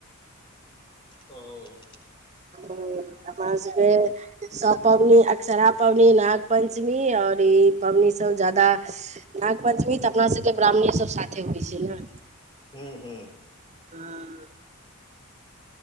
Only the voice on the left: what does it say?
ओ
हूँ हूँ